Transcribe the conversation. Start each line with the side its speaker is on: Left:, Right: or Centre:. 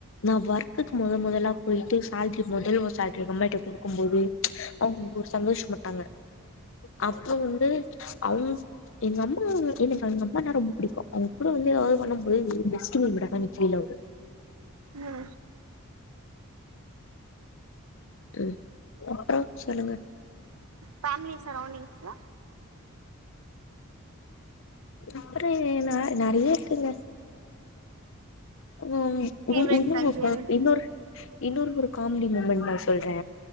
Left: நா ஒர்க்குக்கு மொத மொதலா போயிட்டு சால்ரி மொதல் சால்ரி எங்க அம்மாட்ட கொடுக்கும் போது அவுங் சந்தோஷ பட்டாங்க அப்பறோ வந்து அவுங் எங்க அம்மா எனக்கு எங்க அம்மான்ன ரொம்ப புடிக்கு அவுங்க கூட வந்து எதாவது பண்ணம்போது பெஸ்ட் மூமென்ட்டாதா இன்னிக்கு ஃபீல் ஆவுது
Right: உம்
Left: உம் அப்றோ சொல்லுங்க
Right: ஃபேமிலி சரவுண்டிங்ஸ்ல
Left: அப்ற ஏ ந நறைய இருக்குங்க <inaudible> <unintelligible>
Right: ஃபேவரட் கசின்
Left: இன்னொரு இன்னொரு ஒரு காமெடி மூமெண்ட் நா சொல்றே